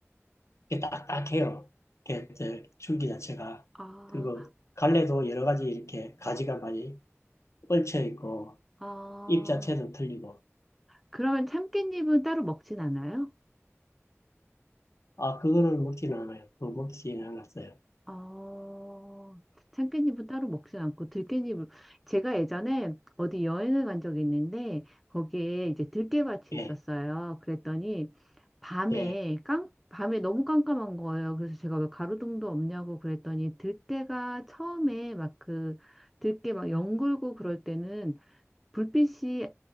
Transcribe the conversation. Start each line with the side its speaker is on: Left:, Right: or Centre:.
Left: 이렇게 딱딱해요. 이렇게 저 줄기 자체가.
Centre: 아.
Left: 그리고 갈래도 여러 가지 이렇게 가지가 많이 뻗쳐 있고,
Centre: 아,
Left: 잎 자체도 틀리고.
Centre: 그러면 참깨잎은 따로 먹진 않아요?
Left: 아, 그거는 먹지는 않아요. 그거 먹지는 않았어요.
Centre: 아, 참깨잎은 따로 먹진 않고 들깨잎을 제가 예전에 어디 여행을 간 적이 있는데 거기에 이제 들깨밭이
Left: 예,
Centre: 있었어요. 그랬더니 밤에
Left: 예.
Centre: 깜 밤에 너무 깜깜한 거예요. 그래서 제가 왜 가로등도 없냐고 그랬더니 들깨가 처음에 막 그 들깨 막 연글고 그럴 때는 불빛이